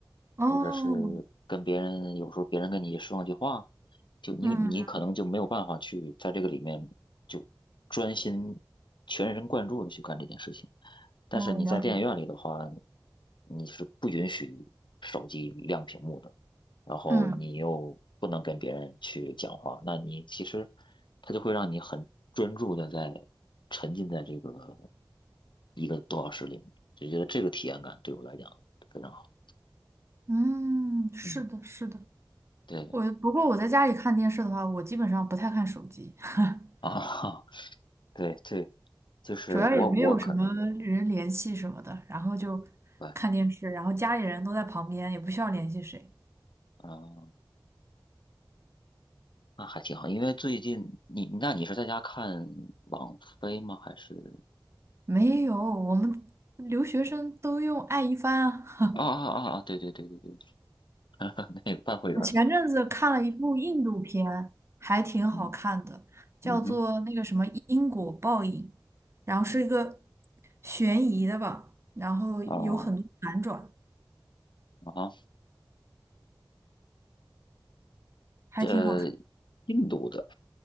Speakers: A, on the right; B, on the left.
A: 哦，
B: 或者是跟别人有时候别人跟你说上句话，就你你可能就没有办法去在这个里面就专心全神贯注的去干这件事情。
A: 嗯，
B: 但是你在电影院里的话，
A: 哦，了解。
B: 你是不允许手机亮屏幕的。然后你又不能跟别人去讲话，
A: 嗯。
B: 那你其实它就会让你很专注的在沉浸在这个一个多小时里面，就觉得这个体验感对我来讲非常好。
A: 嗯，是的，
B: 嗯，
A: 是的。
B: 对
A: 我不过我在家里看电视的话，我基本上不太看手机，<laughs>
B: 啊，<laughs> 对对，就是我我可能
A: 主要也没有什么人联系什么的，然后就看电视，
B: 对，
A: 然后家里人都在旁边，也不需要联系谁。
B: 嗯，那还挺好，因为最近你那你是在家看网飞吗？还是
A: 没有，我们留学生都用爱一帆啊。
B: 啊啊啊啊，对对对对对，<laughs> 那个办会员，
A: <laughs> 我前阵子看了一部印度片，还挺好看的，
B: 嗯
A: 叫做那个什么因果报应，
B: 嗯哼
A: 然后是一个悬疑的吧，然后有很多反转，
B: 啊啊哈
A: 还挺好看。
B: 这印度的。